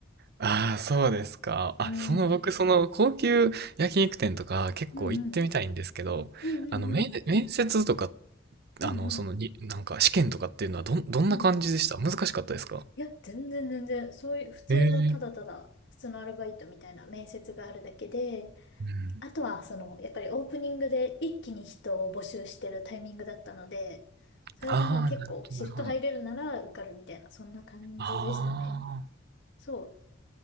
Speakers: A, on the right; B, on the left.
A: ああ、そうですか。あ、
B: うん、
A: その僕、
B: うん
A: その高級焼肉店とか結構行ってみたいんですけど、
B: うん、うんうんうん、
A: あの、面、面接とか、
B: うんうん、
A: あの、そのに、なんか試験とかっていうのはどん、どんな感じでした難しかったですか
B: うんいや、全然全然、そういう普通のただただ、
A: ええ
B: 普通のアルバイトみたいな面接があるだけで、
A: うん。
B: あとはその、やっぱりオープニングで一気に人を募集してるタイミングだったので、それでもう結構シフト入れるなら受かるみたいな、
A: ああ、なるほど、なるほど。
B: そんな感じでしたね。
A: あ
B: そ